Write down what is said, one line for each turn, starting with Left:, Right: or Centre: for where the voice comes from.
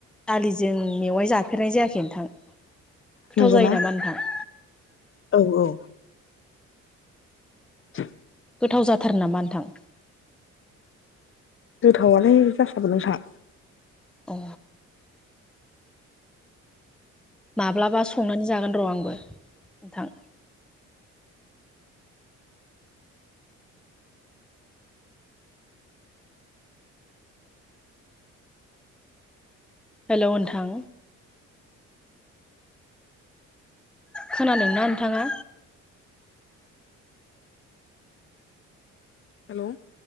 Centre: दालिजों आं मेवाय जाफेरनाय जायाखै नोंथां गोथाव
Left: नंगौना
Centre: जायो नामा नोंथां?
Left: औ औ द <inaudible>
Centre: गोथाव जाथारो नामा नोंथां?
Left: गोथावालाय जासाबो नोंथां।
Centre: अ माब्लाबा संनानै जागोन र' आं नोंथां हेलौ नोंथां खोनादोंना नोंथाङा?
Left: हेलौ